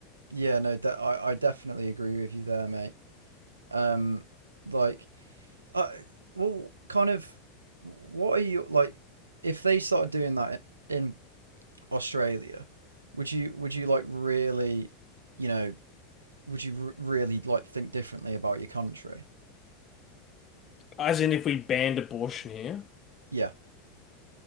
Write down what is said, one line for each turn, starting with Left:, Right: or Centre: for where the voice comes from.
Right: yeah. No, de- I I definitely agree with you there, mate. Um, like, uh, well, kind of. What are you like? If they started doing that in, in Australia, would you would you like really, you know, would you r- really like think differently about your country?
Left: As in, if we banned abortion here.
Right: Yeah,